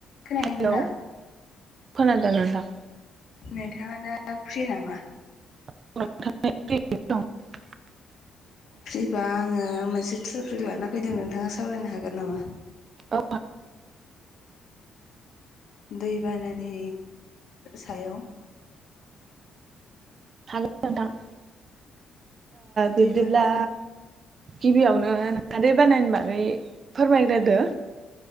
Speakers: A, on the left; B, on the right.
A: खोनायाखै
B: हेलौ
A: नोंथां।
B: खोनादों नोंथां।
A: नोंथाङा दा फ्रि नामा?
B: <unintelligible>
A: फ्रिबा आङो मोनसे ट्रफिक लाना फैदों नोंथाङा सावरायनो हागोन नामा?
B: औ
A: दैबानानि सायाव।
B: <unintelligible> ओ
A: दैबाना
B: बिब्दिब्ला गिबियावनो खारै बानायनोबा मै फोरमायग्रोदो।